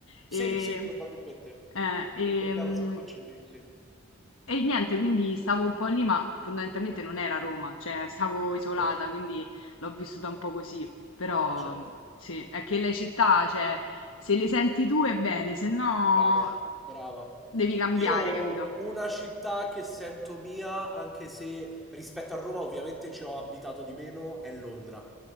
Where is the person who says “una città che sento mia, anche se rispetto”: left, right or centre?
Centre